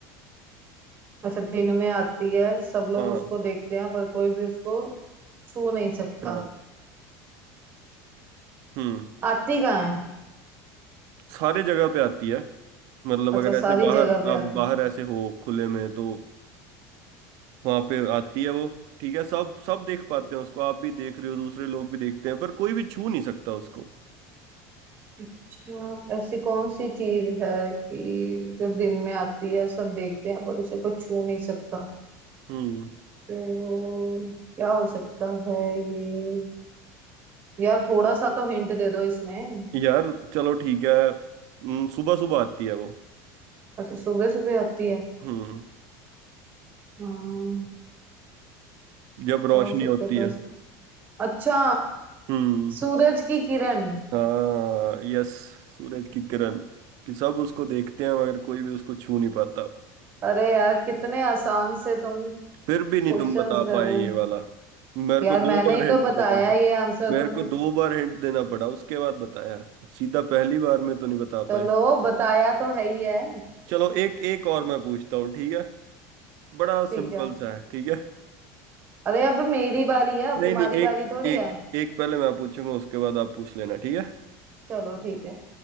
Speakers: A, on the right; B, on the right.
A: अच्छा दिन में आती है सब लोग
B: हाँ
A: उसको देखते हैं पर कोई भी उसको छू नहीं सकता
B: हाँ हम्म
A: आती कहाँ है
B: सारे जगह पे आती है मतलब
A: अच्छा
B: अगर
A: सारी
B: ऐसे बाहर
A: जगह पे
B: आप
A: आती
B: बाहर
A: है
B: ऐसे हो खुले में तो वहां पे आती है वो ठीक है सब सब देख पाते हैं उसको आप भी देख रहे हो दूसरे लोग भी देखते हैं पर कोई भी छू नहीं सकता उसको
A: अच्छा ऐसी कौन सी चीज है कि जो दिन में आती है सब देखते हैं पर उसे कोई छू नहीं सकता
B: हम्म
A: तो क्या हो सकता है ये यार थोड़ा सा तो हिंट दे दो इसमें
B: यार चलो ठीक है हम्म, सुबह सुबह आती है वो
A: अच्छा सुबह सुबह आती है
B: हम्म
A: हाँ
B: जब रोशनी
A: क्या हो सकता
B: होती
A: है क्या
B: है
A: हो सकता है? अच्छा
B: हम्म
A: सूरज की किरण
B: हाँ यस सूरज की किरण कि सब उसको देखते हैं मगर कोई भी उसको छू नहीं पाता
A: अरे यार कितने आसान से तुम
B: फिर
A: क्वेश्चंस
B: भी नहीं तुम बता
A: कर
B: पाए
A: रहे
B: ये
A: हो
B: वाला मेरे
A: यार
B: को दो
A: मैंने
B: बार
A: ही
B: हिंट
A: तो बताया
B: देना पड़ा
A: ये आंसर
B: मेरे
A: तुम्हें
B: को दो बार हिंट देना पड़ा उसके बाद बताया सीधा पहली बार में तो नहीं बता
A: चलो
B: पाए
A: बताया तो है ही है
B: चलो एक एक और मैं पूछता हूँ ठीक है बड़ा
A: ठीक
B: सिंपल
A: है
B: सा है ठीक है
A: अरे अब मेरी बारी है अब
B: नहीं
A: तुम्हारी
B: नहीं एक
A: बारी थोड़ी
B: एक
A: है
B: एक पहले मैं पूछूंगा उसके बाद आप पूछ लेना ठीक है
A: चलो ठीक है